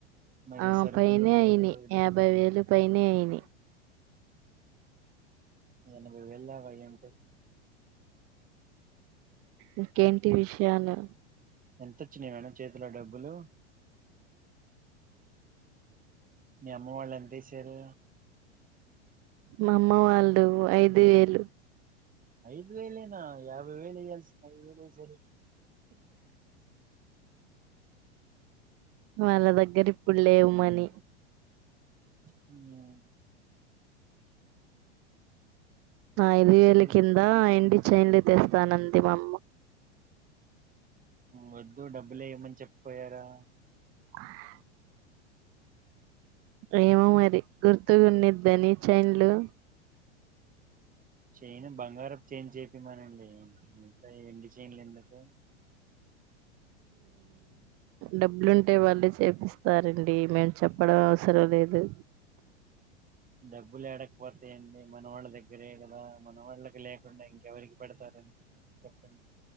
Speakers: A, on the right (about 25°); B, on the right (about 40°).
A: మరి
B: ఆ
A: సరుకులు
B: పైనే
A: గిరుకులు
B: అయిని యాభై వేలు పైనే అయిని
A: యేనబాయ్ వెళ్ళావ ఏంట
B: ఇంకేంటి విషయాలు
A: ఎంతొచ్చినయి మేడం చేతిలో డబ్బులు మీ అమ్మ వాళ్ళ ఎంత వేసారు
B: మా అమ్మ వాళ్ళ ఐదు వేళ
A: ఐదు వేలేనా యాభై వేలే కల్సిన ఐదు వేలే సరే
B: వాళ్ళ దగ్గర ఇప్పుడు లేవుమని
A: ఆ
B: ఐదు
A: మీ
B: వేల
A: చెల్లెలు
B: కింద అడి చైన్లు తెస్తాను అంతిమమ్మ
A: వద్దు డబ్బులేయమని చెప్పపోయారా
B: <inaudible> ఏమో మరి గుర్తుగా ఉండదిని చైన్లు
A: చను బంగారపు చేన్ చేపిమానండి మితా ఎండి చేన్లు ఎందుకు
B: డబ్బులుంటే వాళ్ళే చేపిస్తారండి మేము చెప్పడం అవసరం లేదు
A: డబ్బులు లేడకపోతాయండి మన వాళ్ళ దగ్గర దరే కదా మన వాళ్ళకి లేకుండా ఇంకెవరికి పెడతారంని చెప్పండి